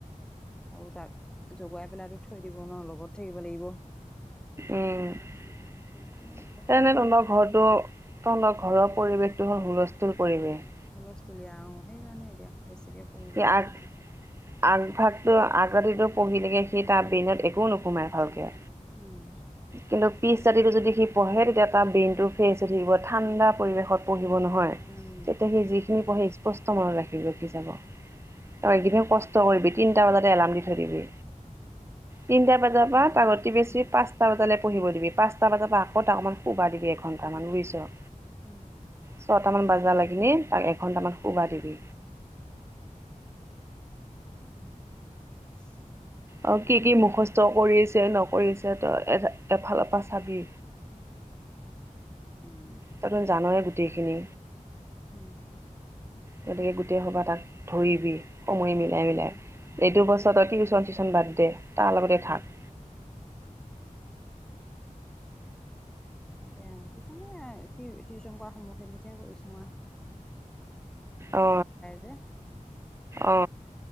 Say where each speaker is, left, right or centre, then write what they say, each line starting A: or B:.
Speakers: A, in the centre; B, on the right (about 20°).
A: আৰু তাক জগুৱাই পেলাইতো থৈ দিব নোৱাৰোঁ লগত থাকিব লাগিব।
B: উম
A: সেইকাৰণে এতিয়া খাই
B: এনে
A: মানে
B: তহঁতৰ ঘৰটো তহঁতৰ ঘৰৰ পৰিৱেশটো হ'ল হুলষ্টোলিয়া পৰিৱেশ
A: হুলোষ্টোলিয়া অহ সেইকাৰণে এতিয়া বেছিকে পঢ়িবও
B: এয়াত
A: পৰা নাই
B: আগভাগটো আগৰাতিটো পঢ়িলেকে সি তাৰ ব্ৰেইনত একো নোসোমায় ভালকে।
A: উম
B: কিন্তু পিছ ৰাতিটো যদি সি পঢ়ে তেতিয়া তাৰ ব্ৰেইনটো ফ্ৰেচ হৈ থাকিব ঠাণ্ডা পৰিৱেশত পঢ়িব নহয়
A: উম
B: তেতিয়া সেই যিখিনি পঢ়ে স্পষ্ট মনত ৰাখি ৰাখি যাব। তই এইকেদিন কষ্ট কৰিবি তিনটা বজাতে এলাৰ্ম দি থৈ দিবি। তিনটা বজাৰ
A: থাকিব
B: পৰা
A: লাগিব
B: তাক অতি বেছি
A: উম
B: পাঁচ টা বজালে পঢ়িব দিবি। পাঁচটা বজাৰ পৰা আকৌ তাক অকণমান শুবা দিবি এঘণ্টামান বুইছ
A: উম
B: ছটামান বজা লাগিলে তাক এঘণ্টামান শুবা দিবি।
A: <inaudible>
B: আৰু কি কি মুখস্থ কৰিছে নকৰিছে তই এ এফালপা চাবি।
A: ওম
B: তইতো জানই গোটেইখিনি
A: উম
B: গতিকে গোটেই সোপাই তাক ধৰিবি সময় মিলাই মিলাই। এইটো বছৰত টিউচন চিউচন বাদ দে তাৰ লগতে থাক।
A: তাকে আৱ টিউচন সেইয়াই সি টিউচন কৰা সময়খিনিতহে কৰিছোঙ আৱ
B: অ
A: যে
B: অ